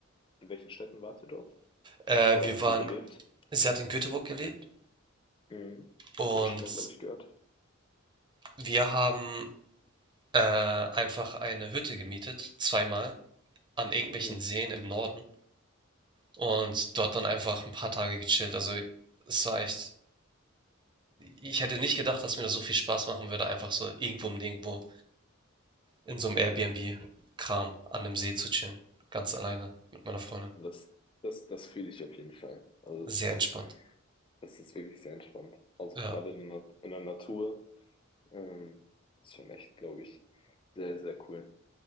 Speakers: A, on the left; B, on the right.
A: In welchen Städten wart ihr dort?
B: Äh,
A: Oder
B: wir
A: hat
B: waren,
A: sie gelebt?
B: sie hat in Göteborg gelebt
A: Hm.
B: und
A: Habe ich schon mal, glaube ich, gehört.
B: wir haben äh, einfach eine Hütte gemietet, zweimal, an irgendwelchen
A: Hm.
B: Seen im Norden und dort dann einfach ein paar Tage gechillt. Also es war echt, ich hätte nicht gedacht, dass mir das so viel Spaß machen würde, einfach so irgendwo im Nirgendwo in so einem Airbnb-Kram an einem See zu chillen, ganz alleine mit meiner Freundin.
A: Und Das, das, das fühle ich auf jeden Fall. Also
B: Sehr
A: das,
B: entspannt.
A: das ist wirklich sehr entspannt. Also
B: Ja,
A: gerade in, der- in der Natur ähm, ist schon echt, glaube ich, sehr, sehr cool.